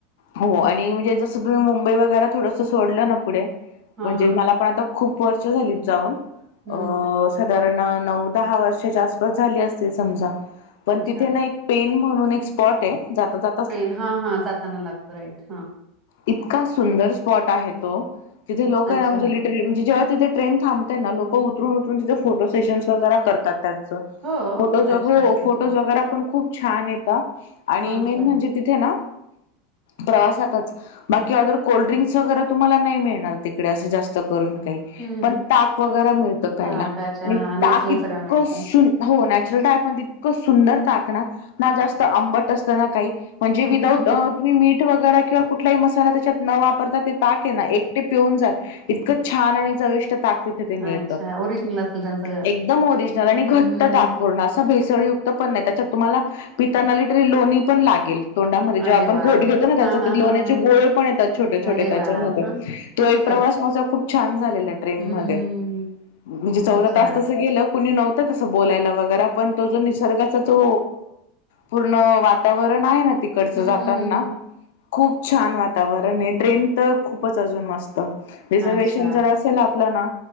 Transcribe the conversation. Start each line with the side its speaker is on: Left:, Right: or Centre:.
Left: हो आणि म्हणजे जसं तुम्ही मुंबई वगैरे थोडस सोडलं ना पुढे
Right: हां,
Left: म्हणजे मला पण आता खूप वर्ष झालीत जाऊन
Right: हं,
Left: अ
Right: हं.
Left: साधारण नऊ दहा वर्षाच्या आसपास झाली असती समजा
Right: अच्छा
Left: पण तिथे ना एक पेन म्हणून एक स्पॉट आहे जात जात
Right: पेन हां हा जाताना लागतो राईट हा
Left: इतका सुंदर स्पॉट आहे तो तिथे लोकं
Right: अच्छा
Left: म्हणजे जेव्हा तिेथे ट्रेन थांबतेय ना लोकं उतरून उतरून तिथं फोटो सेशन् वैगरा करतात त्यांचं
Right: हो
Left: फोटो
Right: अच्छा अच्छा अच्छा
Left: फोटोज वगैरे पण खूप छान येत आणि
Right: अच्छा
Left: मेन तिथे ना प्रवासातच बाकी ऑदर कोल्ड्रिंक्स वगैरे तुम्हांला नाही मिळणार जास्त करून काही,
Right: हम्म हम्
Left: पण ताक वगैरे मिळतं प्यायला
Right: ताकाच्या
Left: मी
Right: हा नॅचरल
Left: ताक एवढं
Right: सगळं मिळत
Left: हो नॅचरल ताक पण इतकं सुंदर ताकना ना जास्त आंबट असतं ना काही म्हणजे
Right: हम्म
Left: विदाऊट....
Right: हम्म
Left: मीठ वगैरे किंवा कुठलाही मसाला त्याच्यात न वापरता ते ताक आहे ना एकटे पिऊन जाई इतकं छान आणि चविष्ट ताक तिथे.
Right: हम्
Left: मिळत
Right: अच्छा ओरिजिनल असेल त्यांचं घर
Left: एकदम ओरिजनल आणि घट्ट
Right: हम्म हम्
Left: ताटपूर्ण
Right: हम्
Left: असं भेसळ त्याच्यात तुम्हांला पिताना तरी लोणीपण लागेल तोंडामध्ये जेंव्हा
Right: अरे
Left: आपण
Right: वा
Left: घोटघेतो ना त्याचा
Right: हा हा
Left: ते लोण्याचे
Right: हा हा
Left: गोळेपण येतात छोटेछोटे
Right: अरे
Left: त्याच्यामध्ये
Right: वा हा
Left: तो
Right: मस्तच
Left: एक प्रवास माझा खूप छान झालेला ट्रेन
Right: हम्मम
Left: मध्ये म्हणजे चौदा
Right: अच्छा
Left: तास तसं गेलं कुणी नव्हतं तंस बोलायला वगैरा पण तो जो निसर्ग तो पूर्ण वातावरण आहेना तिकडचं
Right: हम्म
Left: जातांना
Right: हम्म हम्म हम्
Left: खूप छान वातावरण आहे ट्रेन तर खूपचं अजून मस्त. रिझर्वेशन
Right: अच्छा
Left: जरअसेल आपला ना